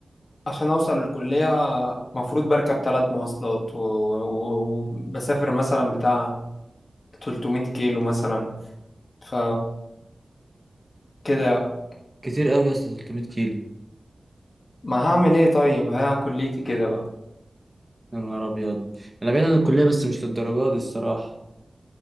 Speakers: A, on the left (about 60°); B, on the right (about 15°).
A: عشان اوصل الكلية مفروض بركب ثلاث مواصلات و- و- وبسافر مثلا بتاع 300 كيلو مثلا ف كده بقى
B: كتير قوي يا اسطى 300 كيلو
A: ما هعمل ايه طيب ها كليتي كده بقى
B: يا نهار ابيض انا بعيد عن الكلية بس مش للدرجة دي الصراحة